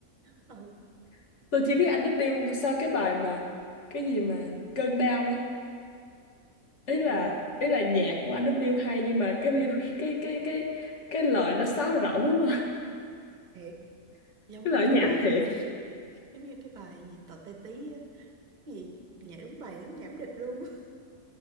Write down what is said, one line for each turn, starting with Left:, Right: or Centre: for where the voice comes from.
Right: ờ,
Left: <laughs> tôi chỉ biết anh W sau cái bài mà cái gì mà cơn đau á ý là
Right: tôi
Left: ý là nhạc của anh W hay nhưng mà cái lyric- cái cái cái cái lời nó sáo rỗng quá.
Right: thiệt
Left: <laughs>
Right: giống
Left: cái
Right: như
Left: lời
Right: cái
Left: nhảm
Right: bài
Left: thiệt
Right: giống như cái bài gì tò te tí á Cái gì nhảy đúng bài đúng nhảm địch luôn <laughs>